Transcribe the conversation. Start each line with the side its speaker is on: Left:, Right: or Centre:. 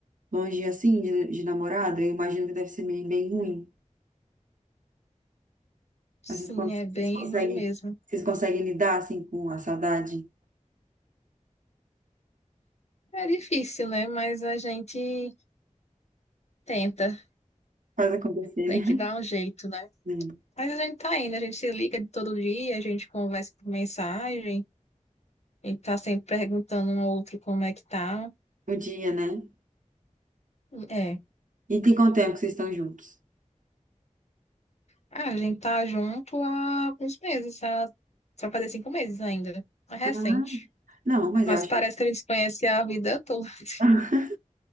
Right: longe assim, de, de namorada. Eu imagino que deve ser bem bem ruim.
Left: Sim,
Right: Mas vocês, cons-
Left: é bem
Right: vocês conseguem,
Left: ruim mesmo.
Right: vocês conseguem lidar assim com a saudade?
Left: É difícil, né? Mas a gente tenta,
Right: Faz acontecer,
Left: tem
Right: né?
Left: que dar
Right: <laughs>
Left: um jeito, né?
Right: Hum,
Left: Mas a gente tá indo, a gente se liga de todo dia, a gente conversa por mensagem, a gente tá sempre perguntando um ao outro como é que tá.
Right: O dia, né?
Left: É.
Right: E tem quanto tempo que vocês estão juntos?
Left: Ah, a gente tá junto há alguns meses, há- só fazer cinco meses ainda. É recente.
Right: Ah, não, mas
Left: Mas
Right: eu acho
Left: parece que a gente se conhece a vida toda. <laughs>
Right: <laughs>